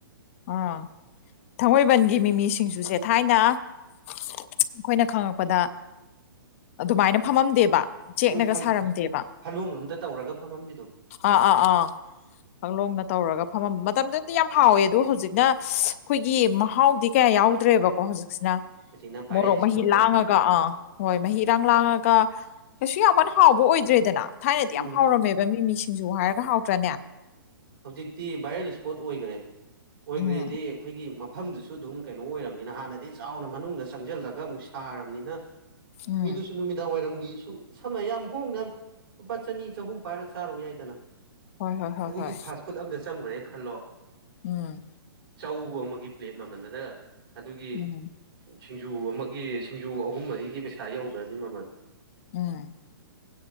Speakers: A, on the left; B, on the right.
A: ꯑꯥ ꯊꯥꯡꯃꯩꯕꯟꯒꯤ ꯃꯤꯃꯤꯁꯤꯡꯁꯨ ꯆꯦ ꯊꯥꯏꯅ ꯑꯩꯈꯣꯏꯅ ꯈꯪꯉꯛꯄꯗ ꯑꯗꯨꯃꯥꯏꯅ ꯐꯝꯃꯝꯗꯦꯕ ꯆꯦꯛꯅꯒ
B: ꯎꯝ
A: ꯁꯥꯔꯝꯗꯦꯕ
B: ꯐꯂꯣꯡ ꯑꯝꯇ ꯇꯧꯔꯒ ꯐꯝꯃꯝꯕꯤꯗꯣ
A: ꯑꯥ ꯑꯥ ꯑꯥ ꯄꯛꯂꯣꯡꯅ ꯇꯧꯔꯒ ꯐꯝꯃꯝ ꯃꯇꯝꯗꯨꯗꯤ ꯌꯥꯝ ꯍꯥꯎꯋꯦ ꯑꯗꯣ ꯍꯧꯖꯤꯛꯅ ꯑꯩꯈꯣꯏꯒꯤ ꯃꯍꯥꯎꯗꯤ ꯀꯌꯥ ꯌꯥꯎꯗ꯭ꯔꯦꯕꯀꯣ ꯍꯧꯖꯤꯛ ꯁꯤꯅ
B: ꯍꯧꯖꯤꯛꯅ ꯚꯥꯏꯔꯦꯜ
A: ꯃꯣꯔꯣꯛ
B: ꯏꯁꯄꯣꯠ
A: ꯃꯍꯤ
B: ꯑꯣꯏꯕ
A: ꯂꯥꯡꯉꯒ ꯑꯥ ꯍꯣꯏ ꯃꯍꯤ ꯏꯔꯥꯡ ꯂꯥꯡꯉꯒ ꯀꯩꯁꯨ ꯌꯥꯝ ꯀꯟꯅ ꯍꯥꯎꯕ ꯑꯣꯏꯗ꯭ꯔꯦꯗꯅ ꯊꯥꯏꯅꯗꯤ
B: ꯎꯝ
A: ꯌꯥꯝ ꯍꯥꯎꯔꯝꯃꯦꯕ ꯃꯤ ꯃꯤ ꯁꯤꯡꯖꯨ ꯍꯥꯏꯔꯒ ꯍꯥꯎꯇ꯭ꯔꯅꯦ
B: ꯍꯧꯖꯤꯛꯇꯤ ꯚꯥꯏꯔꯦꯜ ꯏꯁꯄꯣꯠ ꯑꯣꯏꯈ꯭ꯔꯦ ꯑꯣꯏꯈ꯭ꯔꯦꯗꯤ
A: ꯎꯝ
B: ꯑꯩꯈꯣꯏꯒꯤ ꯃꯐꯝꯗꯨꯁꯨ ꯑꯗꯨꯝ ꯀꯩꯅꯣ ꯑꯣꯏꯔꯕꯅꯤꯅ ꯍꯥꯟꯅꯗꯒꯤ ꯆꯥꯎꯅ ꯃꯅꯨꯡꯗ ꯆꯪꯁꯤꯜꯂꯒ ꯑꯃꯨꯛ ꯁꯥꯔꯕꯅꯤꯅ
A: ꯎꯝ
B: ꯃꯤꯗꯨꯁꯨ ꯅꯨꯃꯤꯗꯥꯡ ꯋꯥꯏꯔꯝꯒꯦ ꯁꯨꯝ ꯁꯝꯅ ꯌꯥꯝ ꯍꯣꯡꯅ ꯂꯨꯄꯥ ꯆꯅꯤ ꯆꯍꯨꯝ ꯄꯥꯏꯔ ꯆꯥꯔꯨ ꯌꯥꯏꯗꯅ
A: ꯍꯣꯏ ꯍꯣꯏ ꯍꯣꯏ
B: ꯑꯗꯨꯒꯤ
A: ꯍꯣꯏ
B: ꯐꯥꯁ ꯐꯨꯗ ꯑꯝꯇ ꯆꯪꯉꯨꯔꯦꯅ ꯈꯜꯂꯣ
A: ꯎꯝ
B: ꯆꯧ ꯑꯃꯒꯤ ꯄ꯭ꯂꯦꯠ ꯃꯃꯜꯗꯗ ꯑꯗꯨꯒꯤ
A: ꯎꯝ
B: ꯁꯤꯡꯖꯨ ꯑꯃꯒꯤ ꯁꯤꯡꯖꯨ ꯑꯍꯨꯝ ꯃꯔꯤꯒꯤ ꯄꯩꯁꯥ ꯌꯧꯗ꯭ꯔꯅꯤ ꯃꯃꯜ
A: ꯎꯝ